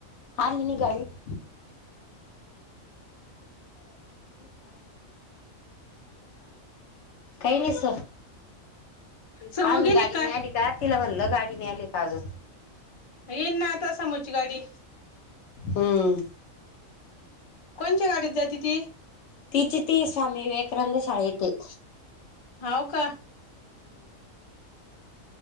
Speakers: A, on the left; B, on the left.
A: आली ना गाडी. <inaudible> काही नाही सर
B: समु
A: अजून
B: गेली
A: गाडी
B: की काय?
A: नाही आली का तिला म्हणलं, गाडी मिळाली का ग?
B: येईल ना. आता समुची गाडी.
A: हम्म
B: कोणच्या गाडीत जाते ती?
A: तिची ती, स्वामी विवेकानंद शाळेते.
B: हाव का?